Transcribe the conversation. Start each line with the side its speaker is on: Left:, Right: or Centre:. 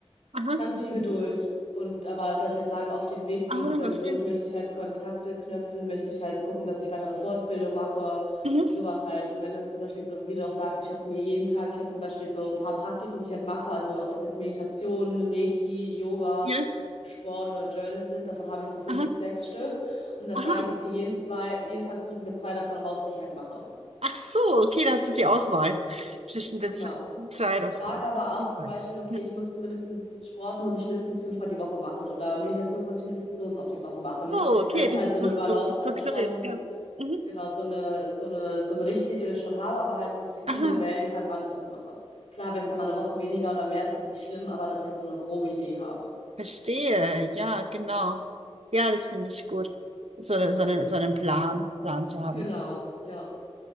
Right: Aha.
Left: Ganz viel Geduld. Und aber, dass ich halt sage, auf dem Weg zu
Right: Aha,
Left: dieser
Right: was
Left: Geduld
Right: denn?
Left: möchte ich halt Kontakte knüpfen, möchte ich halt gucken, dass ich weitere Fortbildung mache,
Right: Mhm.
Left: sowas halt. Und wenn das zum Beispiel so, wie du auch sagst, ich habe mir jeden Tag, ich habe zum Beispiel so ein paar Praktiken, die ich halt mache, also ob das jetzt Meditation, Reiki, Yoga,
Right: Ja.
Left: Sport oder Journal sind, davon habe ich so fünf,
Right: Aha.
Left: sechs Stück. Und da
Right: Aha.
Left: sage ich, okay, jeden zwei, jeden Tag suche ich mir zwei davon raus, die ich halt mache.
Right: Ach so, okay, da hast du die Auswahl zwischen den
Left: Genau.
Right: Seiten- zwei davon.
Left: Sag aber auch
Right: Ich
Left: zum
Right: wollte-
Left: Beispiel, okay,
Right: Ja.
Left: ich muss zumindest Sport muss ich mindestens fünfmal die Woche machen oder Meditation muss ich mindestens so und so oft die Woche machen,
Right: Oh, okay,
Left: dass
Right: das
Left: ich halt
Right: ist
Left: so eine
Right: noch so
Left: Balance,
Right: strukturiert.
Left: also schon
Right: Ja. Mhm.
Left: genau so eine so eine so eine Richtlinie schon habe, aber halt das flexibel
Right: Aha.
Left: wählen kann, wann ich das mache. Klar, wenn es dann mal eine Woche weniger oder mehr ist, ist nicht schlimm, aber dass ich halt so eine grobe Idee habe.
Right: Verstehe. Ja, genau. Ja, das finde ich gut. So, eine- so, eine, so einen Plan, Plan zu haben.
Left: Genau, ja.